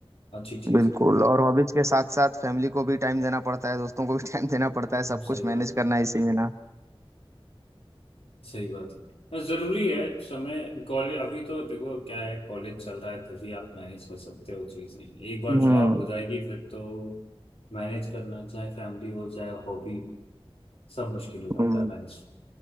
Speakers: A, on the left (about 80°); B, on the right (about 30°).
A: अच्छी चीज
B: बिल्कुल
A: है
B: और हॉबीज के साथ साथ फैमिली को भी टाइम देना पड़ता है दोस्तों को भी <laughs> टाइम देना पड़ता है
A: हम्म,
B: सब
A: सही
B: कुछ मैनेज
A: बात है
B: करना है इसी में ना
A: सही बात है हाँ, जरूरी है समय कॉलेज अभी तो देखो क्या है कॉलेज चल रहा है तभी आप मैनेज कर सकते हो चीज नहीं एक बार
B: हम्म
A: जॉब हो जाएगी फिर तो मैनेज करना चाहे फैमिली हो चाहे हॉबी सब मुश्किल हो जाता
B: हम्म।
A: है मैनेज